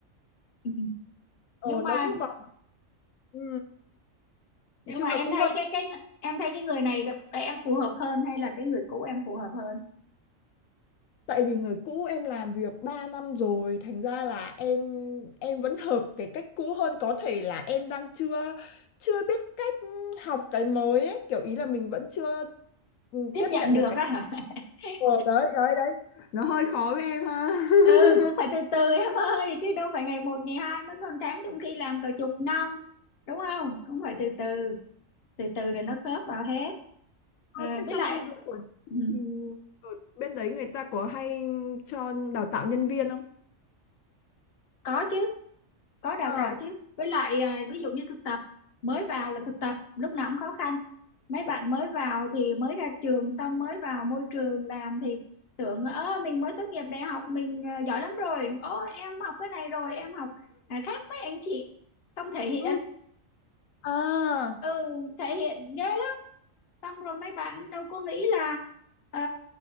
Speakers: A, on the left; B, on the left.
A: ừ.
B: ờ
A: nhưng
B: nó
A: mà
B: cứ vào ừ.
A: nhưng
B: nói chung
A: mà em
B: là cũng
A: thấy
B: hơi
A: cái cái em thấy cái người này gặp- em phù hợp hơn hay là cái người cũ em phù hợp hơn
B: tại vì người cũ em làm việc 3 năm rồi thành ra là em em vẫn hợp cái cách cũ hơn có thể là em đang chưa chưa biết cách học cái mới ấy. kiểu ý là mình vẫn chưa ừ,
A: tiếp
B: tiếp
A: nhận
B: nhận
A: được
B: được cái
A: á hả <laughs>
B: Ờ, đấy đấy đấy nó hơi khó với em ha <laughs>
A: ừ cũng phải từ từ em ơi chứ đâu phải ngày một ngày hai mới còn tháng trong khi làm cả chục năm đúng không cũng phải từ từ từ từ rồi nó khớp vào hết
B: Ờ,
A: à,
B: thế
A: với
B: trong
A: lại
B: công việc của chị
A: ừ,
B: thì ở bên đấy người ta có hay cho đào tạo nhân viên không?
A: có chứ có đào
B: Ờ.
A: tạo chứ với lại à, ví dụ như thực tập mới vào là thực tập lúc nào cũng khó khăn mấy bạn mới vào thì mới ra trường xong mới vào môi trường làm thì tưởng ơ mình mới tốt nghiệp đại học mình à, giỏi lắm rồi ô em học cái này rồi em học à, khác mấy anh chị xong thể hiện
B: Ừ. À,
A: ừ thể hiện ghê lắm xong rồi mấy bạn đâu có nghĩ là ờ,